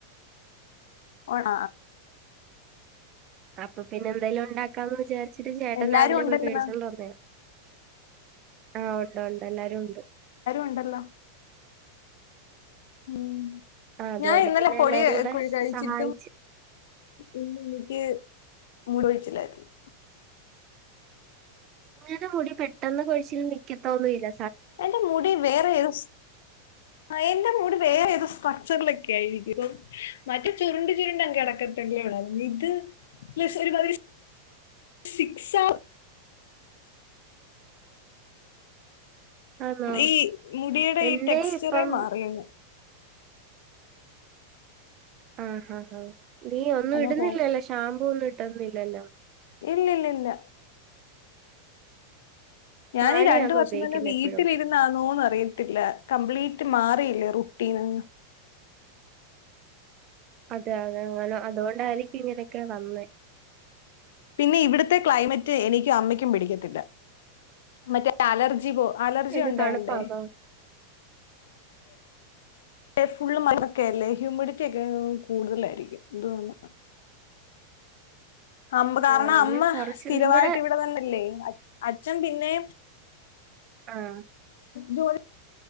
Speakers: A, on the left; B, on the right.
A: ഓണ
B: അപ്പൊ പിന്നെ എന്തെലും ഉണ്ടാക് ക്കന്ന് വിചാരിച്ചിട്ട് ചേട്ടൻ
A: എല്ലാരും
B: രാവിലെ
A: ഉണ്ടല്ലോ
B: പോയി മേടിച്ചോണ്ട് വന്നേ ആ ഒണ്ട് ഒണ്ട് എല്ലാരും ഒണ്ട്
A: ഉണ്ടല്ലോ ഉം
B: ആഹ് അതുകൊണ്ട്
A: ഞാൻ ഇന്നലെ
B: പിന്നെ
A: പൊടി
B: എല്ലാരും കൂടെ
A: കുഴി കഴിച്ചിട്ട്
B: സഹായിച്ച്
A: ഇന്ന എനിക്ക് മൂടഴിച്ചിലായിരുന്നു
B: അങ്ങനെ മുടി പെട്ടെന്ന് കുഴിച്ചൽ നിക്കത്ത ഒന്നുംല്ല
A: എന്റെ മുടി വേറെ ഏത് എന്റെ മുടി വേറെ ഏത സ്ട്രക്ചറിലൊക്കെ ആയിരിക്കും ഇപ്പ മറ്റ ചുരുണ്ട് ചുരുണ്ട് അങ് അടക്കത്തില്ലേണ ഇത് പ്ല ഒരുതി സിക്സ്
B: ആന്നോ
A: ഈ മുടിയുടെ
B: എന്റെ
A: ഈ ടെക്സ്ചറെ
B: ഇപ്പം
A: മാറിയുന്നു
B: ആഹ് ആ ആ നീ ഒന്നും
A: അല്ല
B: ഇടുന്നില്ലല്ലോ
A: ഹോ
B: ഷമ്പൂ ഒന്നും തന്നില്ലല്ലോ
A: ഇല്ല ഇല്ല ഇല്ല ഞാനീഈ
B: താളിയാന്നോ
A: രണ്ട് വർഷം
B: ഉപയോഗിക്കുന്നെ
A: തന്നെ വീട്ടിലിരുന്നാന്നോന്ന്
B: എപ്പഴും
A: അറിയത്തില്ല കംപ്ലീറ്റ് ക്ക്മാറിയില്ലേ റുട്ടീന്ന്
B: അതെ അതെ അങ്ങനെ അതുകൊണ്ടായിരിക്കും ഇങ്ങനൊക്കെ വന്നേ
A: പിന്നെ ഇവിടുത്തെ ക്ലൈമറ്റ് എനിക്കും അമ്മയ്ക്കും പിടിക്കത്തില്ല മറ്റേ അലർജി പോ അലർജി
B: എന്ത്
A: ഉണ്ടേ
B: തണുപ്പാന്നോ
A: ഫുള്ള് മണ്ണൊക്കെല്ലേ ഹ്യൂമിഡിറ്റി ഒക്കെ കൂടുതലായിരിക്കും എതു വന്ന അമ്പ്
B: ആഹ്
A: കാരണം
B: അല്ലെ
A: അമ്മ
B: കൊറച്ച്
A: സ്ഥിരമായിട്ട്
B: നിങ്ങടെ
A: ഇവിടെന്നന്നല്ലേ അച്ഛൻ പിന്നെ
B: ആഹ്
A: ജോലി